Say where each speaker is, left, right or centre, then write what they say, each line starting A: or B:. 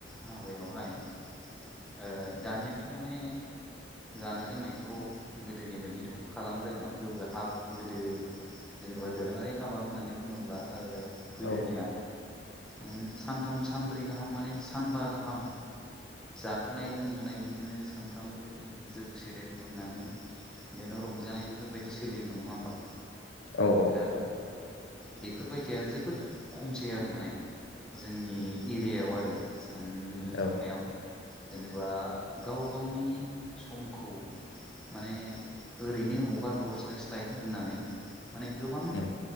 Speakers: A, in the centre; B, on the left.
A: हाबायावहाय ओ दानियाथ' माने जानाय लोंनायखौ गोदोनि बायदिथ' खालामद्रायला गोबो हाब गोदो जेनेबा दोरोङारि हाबा होननानै बुङोब्ला ओ गोदोनिया
B: औ
A: ओं सान सानथाम सानब्रै गाहाम माने सानबा गाहाम जाहोनाय लोंहोनाय बिदिनो सानफ्रामबो जौ सेरेब लोंनानै बिदिनो रंजानाय बेफोरबायदि सोलियोमोन नङा होमबा
B: औ औ
A: दा बेफोरबायदिया जोबोद खमसै आरो माने जोंनि एरियायाव आरो सान नुनो
B: औ
A: थांनायाव जेनेबा गाव गावनि समखौ माने ओरैनो हगार हरस्लायस्लाय होननानै माने गोबां
B: उम